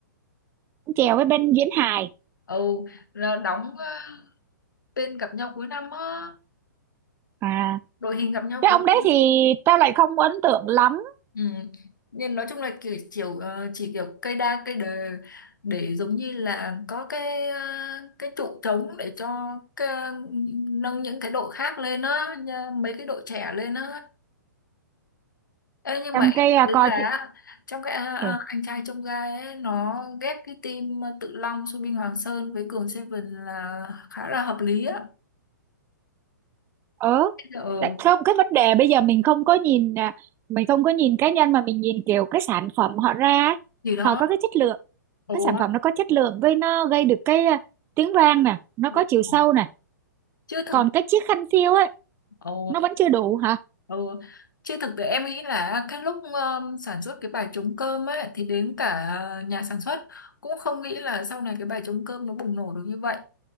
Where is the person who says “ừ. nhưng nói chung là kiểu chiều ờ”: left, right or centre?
Left